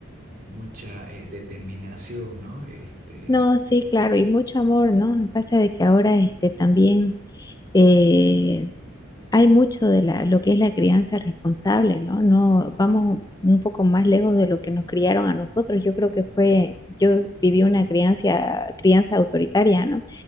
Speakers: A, on the right; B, on the left.
A: mucha eh, determinación, ¿no? Este,
B: No, sí, claro, y mucho amor, ¿no? pasa de que ahora, este, también eh, hay mucho de la, lo que es la crianza responsable, ¿no? No vamos un poco más lejos de lo que nos criaron a nosotros. Yo creo que fue, yo viví una crianza, crianza autoritaria, ¿no?